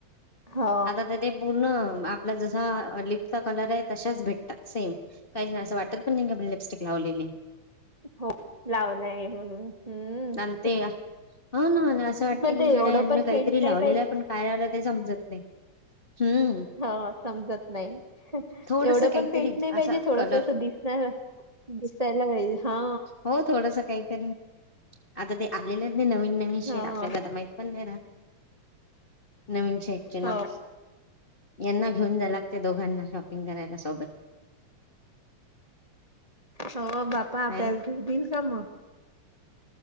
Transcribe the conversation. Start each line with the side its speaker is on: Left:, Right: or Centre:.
Right: हो
Left: आता तर ते पूर्ण - आपला जसा लिपचा कलर आहे तशेच भेटतात सेम काहीच नाही असं वाटत पण नाही लिपस्टिक ला लावलेली
Right: हो लावला आहे म्हणून हम्म
Left: आणि ते हो ना आणि असं वाटतं
Right: <inaudible> पण
Left: की
Right: ते एवढं
Left: गड्या यांनी
Right: पण
Left: काहीतरी
Right: फेंट नाही
Left: लावलेलं
Right: पाहिजे
Left: आहे पण काय लावलं ते समजत नाही हम्म
Right: हा समजत नाही
Left: थोडस
Right: एवढं
Left: काहीतरी
Right: पण फेंट नाही पाहिजे
Left: असा
Right: थोडस
Left: कलर
Right: अस दिसणार दिसायला पाहिजे हा
Left: हो थोडस काहीतरी आता ते आलेलं नवीन नवीन
Right: हा
Left: शेड आपल्याला आता माहित पण नाही राहत नवीन शेडचे नाव
Right: हो
Left: यांना घेऊन जा लागते दोघांना शॉपिंग करायला सोबत
Right: हो बापा आपल्याला
Left: आहे ना
Right: घेऊ देईल का मग